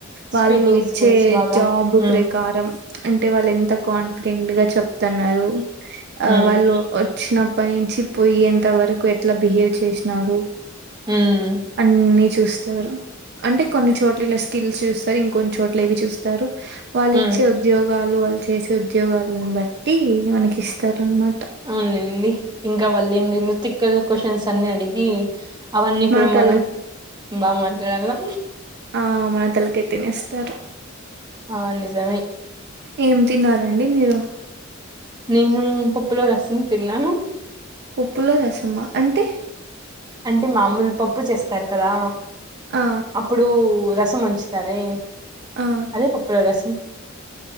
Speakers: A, on the right (about 55°); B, on the right (about 20°).
A: వాళ్ళు
B: స్పీకింగ్
A: ఇచ్చే
B: స్కిల్స్ బాగా
A: జాబ్
B: ఉమ్
A: ప్రకారం అంటే వాళ్ళు ఎంత కాన్ఫిడెంట్‌గా చెప్తున్నారు ఆ
B: ఉమ్
A: వాళ్ళు వచ్చిన ప్పనించి పోయేంత వరకు ఎట్లా బిహేవ్ చేసినారు
B: ఉమ్
A: అన్ని చూస్తారు అంటే కొన్ని చోట్ల ఇలా స్కిల్స్ చూస్తారు ఇంకొన్ని చోట్ల ఇవి చూస్తారు వాళ్ళు
B: ఉమ్
A: ఇచ్చే ఉద్యోగాలు వాళ్ళు చేసే ఉద్యోగాలను బట్టి మనకి ఇస్తారన్నమ
B: అవునులేండి ఇంగ వాళ్లు ఎన్నెన్నో తిక్కలు క్వశ్చన్ అన్ని అడిగి అవన్నీ
A: మన
B: కూడా
A: తల
B: మనం బా మాట్లాడాలా
A: ఆ మన తలకాయ్ తినేస్తారు
B: ఆ నిజమే
A: ఏం తిన్నారంండి మీరు
B: నేను పప్పులో రసం తిన్నాను
A: పప్పులో రసమా అంటే
B: అంటే మామూలు పప్పు చేస్తారు కదా
A: ఆ
B: అప్పుడు రసం వంచు తారే
A: ఆ
B: అదే పప్పులో రసం